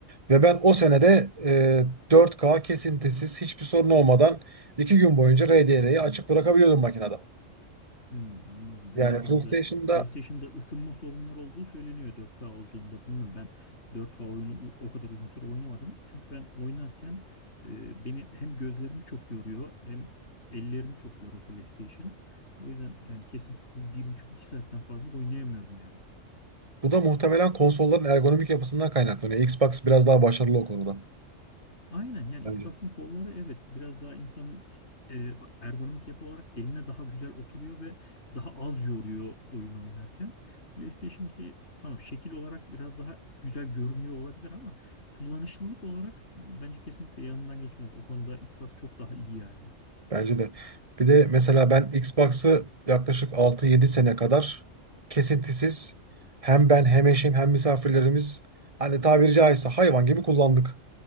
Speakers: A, on the right (about 25°); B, on the left (about 55°).
A: Ve ben o senede e, 4K kesintisiz hiçbir sorun olmadan 2 gün boyunca RDR'yi açık bırakabiliyordum makinede.
B: Hmm, anladım.
A: Yani
B: Evet, şu
A: Evet. PlayStation'da
B: anda PlayStation'da ısınma sorunları olduğu söyleniyor 4K olduğunda. Bilmem ben 4K oyunu u- o kadar uzun süre oynamadım. Çünkü ben oynarken e, beni hem gözlerimi çok yoruyor hem ellerimi çok yoruyor PlayStation. O yüzden yani kesintisiz bir buçuk iki saatten fazla oynayamıyorum yani.
A: bu da muhtemelen konsolların ergonomik yapısından kaynaklanıyor. Xbox biraz daha başarılı o konuda
B: Aynen yani
A: bence.
B: Xbox'ın kolları evet biraz daha insanın e, ergonomik yapı olarak eline daha güzel oturuyor ve daha az yoruyor oyun oynarken. PlayStation ki tamam şekil olarak biraz daha güzel görünüyor olabilir ama kullanışlılık olarak bence kesinlikle yanından geçmez. O konuda Xbox çok daha iyi yani.
A: Bence de. Bir de mesela ben Xbox'ı yaklaşık altı yedi sene kadar kesintisiz hem ben hem eşim hem misafirlerimiz hani tabiri caizse hayvan gibi kullandık.